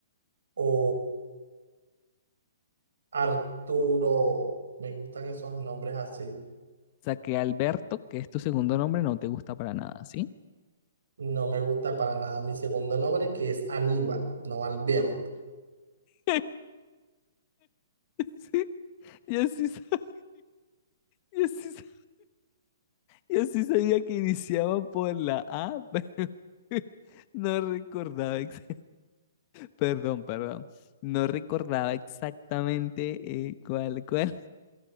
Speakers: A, on the right; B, on the left.
A: o Arturo, me gustan esos nombres así.
B: O sea, que Alberto, que es tu segundo nombre, no te gusta para nada, ¿sí?
A: No me gusta para nada mi segundo nombre, que es Aníbal, no Alberto.
B: <laughs> Sí, yo sí sabía. Yo sí, sa- yo sí sabía que iniciaba por la A, <laughs> pero no recordaba, ex- perdón, perdón, no recordaba exactamente eh, cuál, cuál,